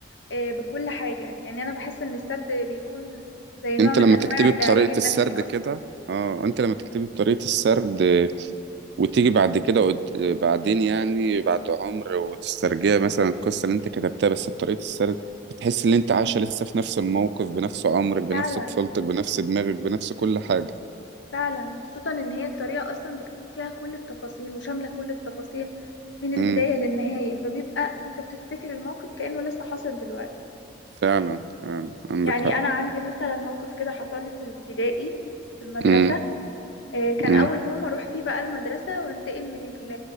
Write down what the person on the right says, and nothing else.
انت
لما
تكتبي
بطريقة
السرد
كده اه انت لما تكتبي بطريقة السرد وتيجي بعد كده قد... بعدين يعني بعد عمر وتسترجع مثلا القصة اللي انت كتبتها بس بطريقة السرد بتحس ان انت عايشة لسه في نفس الموقف بنفس عمرك بنفس
طفولتك بنفس دماغك بنفس كل حاجة
امم
فعلا فعلا عندك
حق
امم
امم